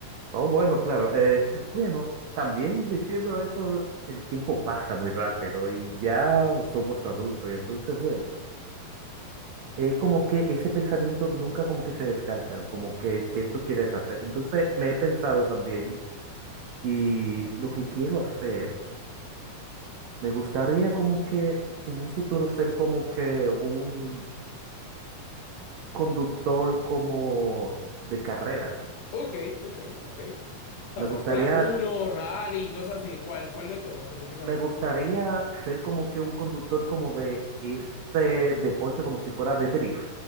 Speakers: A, on the right (about 80°); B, on the left (about 80°).
A: oh, bueno, claro. Eh, bueno, también diciendo eso, el tiempo pasa muy rápido y ya somos adultos y entonces, bueno, es como que ese pensamiento nunca como que se descarta, como que, ¿qué tú quieres hacer? Entonces, me he pensado también y lo que quiero hacer, me gustaría como que en un futuro ser como que un conductor como de carreras.
B: Ok, ok, ok. O sea,
A: Me
B: Fórmula
A: gustaría,
B: uno rally, cosas así. ¿Cuál, cuál de todo específicamente?
A: me gustaría ser como que un conductor como de este deporte, como si fuera de drift.